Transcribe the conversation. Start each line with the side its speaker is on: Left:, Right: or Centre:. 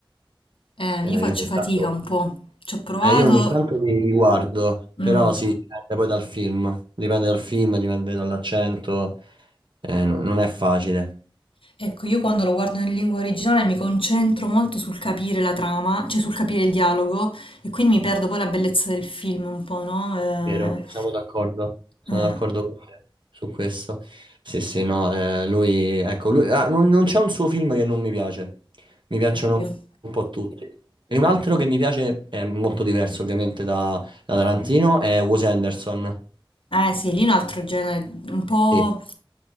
Left: Eh,
Right: Eh,
Left: io faccio
Right: io, ogni
Left: fatica
Right: tanto,
Left: un po', ci ho provato.
Right: eh, io ogni tanto li, li guardo,
Left: mm.
Right: però sì, dipende poi dal film. Dipende dal film, dipende dall'accento. eh, no- non è facile.
Left: Ecco, io quando lo guardo in lingua originale mi concentro molto sul capire la trama, cioè sul capire il dialogo e quindi mi perdo poi la bellezza del film un po', no?
Right: Vero,
Left: Eh,
Right: siamo d'accordo. Sono
Left: eh,
Right: d'accordo con te su questo. Sì, sì, no, eh, lui, ecco, lui, ah, non, non c'è un suo film che non mi piace. Mi piacciono
Left: io.
Right: un po' tutti. E un altro che mi piace, è molto diverso ovviamente da, da Tarantino, è Wes Anderson.
Left: Eh sì, lì è un altro genere, un po'...
Right: Sì.